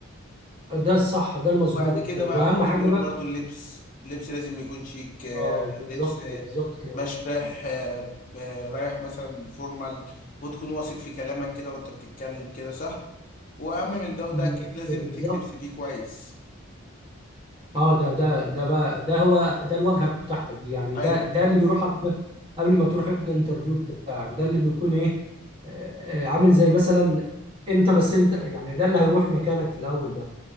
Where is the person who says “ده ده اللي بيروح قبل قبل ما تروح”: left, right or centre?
Right